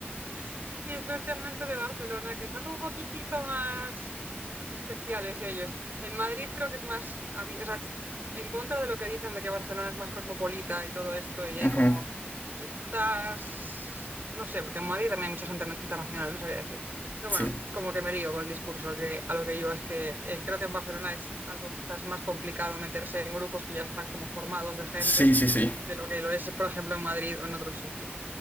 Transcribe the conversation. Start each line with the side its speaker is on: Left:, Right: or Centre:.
Right: <laughs> y especialmente de Barcelona, que son un poquitito más Especiales ellos. En Madrid creo que es más, abi- o sea, en contra de lo que dicen de que Barcelona es más cosmopolita y todo esto, y hay
Left: ujú,
Right: como quizás, no sé, porque en Madrid también hay mucha gente internacional, no sabría decir. Pero
Left: Sí.
Right: bueno, como que me lío con el discurso, que a lo que iba es que eh, creo que en Barcelona es algo quizás más complicado meterse en grupos que ya están como formados de gente,
Left: Sí, sí, sí.
Right: de lo que lo es, por ejemplo, en Madrid o en otros sitios.